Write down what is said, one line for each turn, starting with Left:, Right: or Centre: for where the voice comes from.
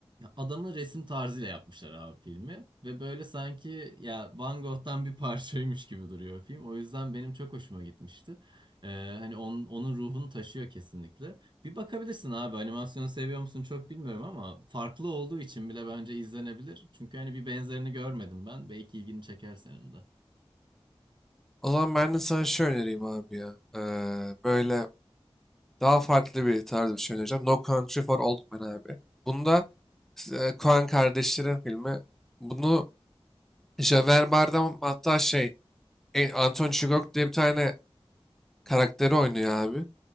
Right: Adamın resim tarzıyla yapmışlar abi filmi ve böyle sanki ya Van Gogh'tan bir <laughs> parçaymış gibi duruyor film. O yüzden benim çok hoşuma gitmişti. Ee, hani onun, onun ruhunu taşıyor kesinlikle. Bir bakabilirsin abi animasyonu seviyor musun çok bilmiyorum ama farklı olduğu için bile bence izlenebilir. Çünkü hani bir benzerini görmedim ben. Belki ilgini çeker senin de.
Centre: O zaman ben de sana şey önereyim abi ya. Ee, böyle daha farklı bir tarz bir şey önereceğim. No Country for Old Men abi. Bunda e, Coen kardeşlerin filmi. Bunu Javier Bardem hatta şey e, Anton Chigurh diye bir tane karakteri oynuyor abi.